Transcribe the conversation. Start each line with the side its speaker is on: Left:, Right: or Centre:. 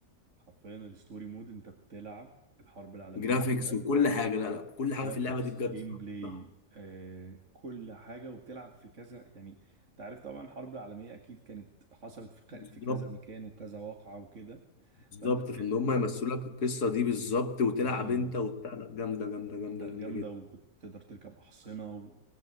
Right: حرفيا الستوري مود انت بتلعب الحرب العالميه
Left: جرافيكس
Right: الاولى
Left: وكل حاجه لا لا كل
Right: جرافيكس
Left: حاجه في اللعبه دي بجد
Right: جيم
Left: صح
Right: بلاي
Left: صح
Right: آه، كل حاجة وبتلعب في كذا يعني انت عارف طبعا الحرب العالمية أكيد كانت حصلت في ك-
Left: بالظبط
Right: في كذا مكان وكذا واقعة وكده
Left: بالظبط
Right: فأنت بت-
Left: فان هم يمثلوا لك القصه دي بالظبط وتلعب
Right: بالظبط
Left: انت وبتاع لا جامده جامده جامده
Right: لا
Left: جامده
Right: جامدة
Left: جدا
Right: وكنت تقدر تركب أحصنة